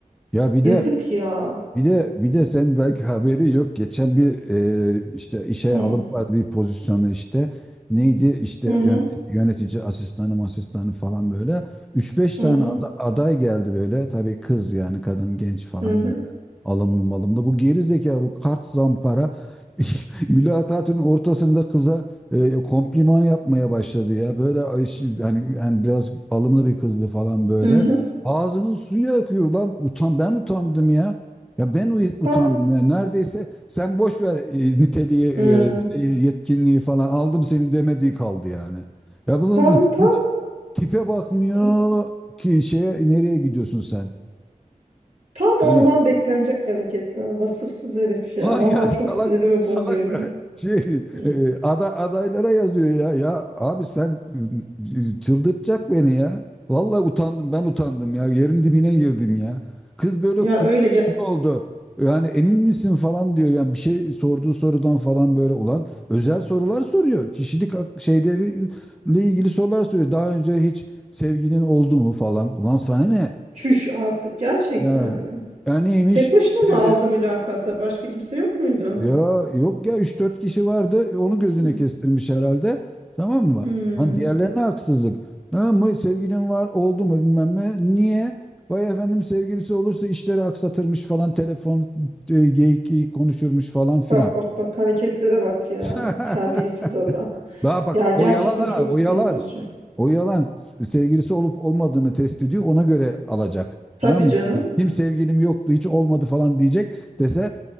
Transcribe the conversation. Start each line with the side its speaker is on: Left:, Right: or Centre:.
Centre: Ya bir
Right: Yazık
Centre: de
Right: ya.
Centre: Bir de bir de sen belki haberi yok. Geçen bir e, işte işe
Right: Hı
Centre: alım vardı bir pozisyonu işte. Neydi işte
Right: hı hı
Centre: yönetici, yönetici asistanı asistanı falan böyle. üç beş
Right: hı
Centre: tane ada- aday geldi böyle. Tabii kız yani kadın genç falan
Right: hı
Centre: güzel. Alımlı malımlı. Bu geri zeka bu kart zampara <laughs> mülakatın ortasında kıza e, kompliman yapmaya başladı ya. Böyle ay, şi- hani yani biraz alımlı bir kızdı falan böyle.
Right: hı. hı.
Centre: Ağzının suyu akıyor lan. Utan ben utandım ya. Ya ben u-
Right: Tam
Centre: utandım ya. Neredeyse sen boş ver e, niteliği, e,
Right: hı.
Centre: şeyi, yetkinliği falan aldım seni demediği kaldı yani. Ya bunun
Right: tam tam
Centre: hiç tipe bakmıyor
Right: ta-
Centre: ki şeye nereye gidiyorsun sen?
Right: tam
Centre: Yani
Right: ondan beklenecek hareketler. Vasıfsız herif ya.
Centre: Ulan
Right: Vallahi
Centre: ya salak
Right: çok sinirimi
Centre: salak
Right: bozuyor.
Centre: <laughs> şey
Right: Hı.
Centre: e, e, ada, adaylara yazıyor ya. Ya abi sen e, çıldırtacak beni ya. Vallahi utandım ben utandım ya. Yerin dibine girdim ya. Kız böyle
Right: Ya
Centre: kıpkırmızı
Right: öyle gel.
Centre: oldu. Yani emin misin falan diyor. Yani bir şey sorduğu sorudan falan böyle olan özel sorular soruyor. Kişilik hak- şeyleri ile ilgili sorular soruyor. Daha önce hiç sevginin oldu mu falan. Ulan sana ne?
Right: Çüş artık gerçekten
Centre: Ya.
Right: mi?
Centre: Ya neymiş?
Right: Tek başına
Centre: Sevgili,
Right: mı aldı mülakata? Başka kimse yok muydu?
Centre: Ya yok ya üç dört kişi vardı onu gözüne
Right: Hı.
Centre: kestirmiş herhalde tamam mı?
Right: Hmm.
Centre: Hani diğerlerine haksızlık. Ha mı sevgilin var oldu mu bilmem ne. Niye? Vay efendim sevgilisi olursa işleri aksatırmış falan telefon e, geyik geyik konuşurmuş falan filan.
Right: Bak bak bak hareketlere bak ya.
Centre: <laughs>
Right: Terbiyesiz adam.
Centre: Daha bak
Right: Ya
Centre: o
Right: gerçekten
Centre: yalan ha
Right: çok
Centre: o
Right: sinir
Centre: yalan.
Right: bozucu.
Centre: O yalan sevgilisi olup olmadığını test ediyor ona göre alacak.
Right: Tabii
Centre: Tamam mı?
Right: canım.
Centre: Yani kim sevgilim yoktu hiç olmadı falan diyecek dese